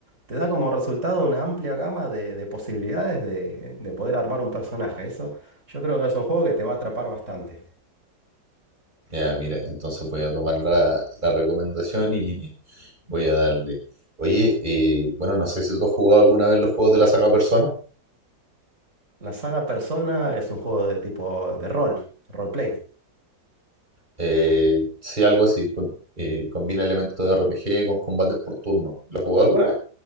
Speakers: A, on the right; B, on the right.
A: Te da como resultado una amplia gama de, de posibilidades de, de poder armar un personaje. Eso yo creo que es un juego que te va a atrapar bastante.
B: Ya, mira, entonces voy a tomar la, la recomendación y voy a darle. Oye, eh, bueno, no sé si tú has jugado alguna vez los juegos de la saga Persona.
A: La saga Persona es un juego de tipo de rol, roleplay.
B: Eh, sí, algo así, con- eh, combina elementos de RPG con combates por turno. ¿Lo has jugado alguna vez?